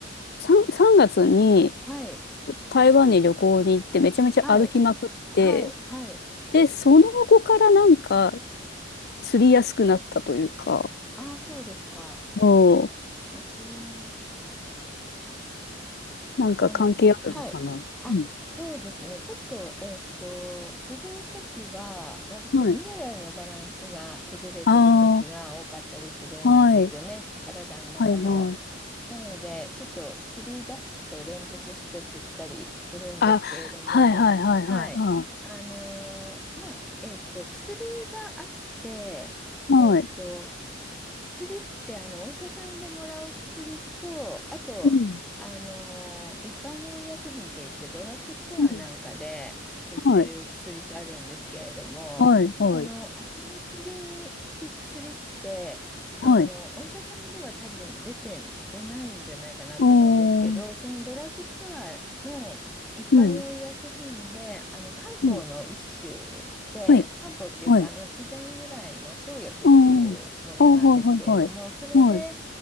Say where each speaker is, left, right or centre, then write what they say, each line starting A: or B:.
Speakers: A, on the left; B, in the centre.
A: 3、3月に、
B: はい。
A: ちょっと台湾に旅行に行って、めちゃめちゃ歩きまくって、
B: はい。はい。はい。
A: で、その後からなんか、釣りやすくなったというか、
B: ああ、そうですか。
A: も
B: えー、
A: う、なんか関係あるのかな。
B: あの、はい。あ、
A: うん。
B: そうですね。ちょっと、えっと、するときは、割とミネラルのバランスが崩れてるときが多かったりするんですよね。
A: はい。ああ、はい、
B: 体の中の。
A: はい、はい、
B: なので、ちょっと釣り出すと連続して釣ったりするんですけれども、
A: あ、はいはいはいはい。
B: はい。
A: あ、
B: あのーまあ、えっと、薬があって、
A: はい。
B: えっと、薬ってあのお医者さんでもらう薬とあとあの一般用医薬品って言ってドラッグストアなんかで売ってる薬とあるんですけれどもこの足のつりに効く薬ってあのお医者さんでは多分出て出ないんじゃないかなと思うんですけどそのドラッグストアの一般用医薬品で、
A: うん。うん。はい。はい。はい。はい。おー。うん。
B: あの漢方の一種で、
A: うん。はい。
B: 漢方っていうか、
A: はい。
B: あの自然由来の生薬っていうものなんですけれども、
A: おー。あ、はいはいはい。
B: それで
A: はい。